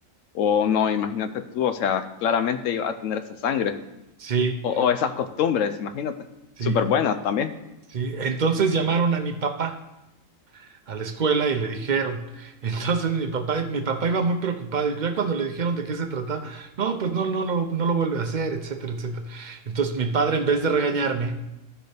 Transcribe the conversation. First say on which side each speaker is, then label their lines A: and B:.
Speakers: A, on the left (about 70°); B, on the right (about 55°).
A: O no, imagínate tú, o sea, claramente iba a tener esa sangre
B: Sí,
A: o, o esas costumbres, imagínate.
B: sí,
A: Súper buenas también,
B: sí. Entonces llamaron a mi papá a la escuela y le dijeron. <laughs> Entonces mi papá, mi papá iba muy preocupado y ya cuando le dijeron de qué se trataba, no, pues no, no, no, no lo vuelve a hacer, etcétera, etcétera. Entonces mi padre, en vez de regañarme,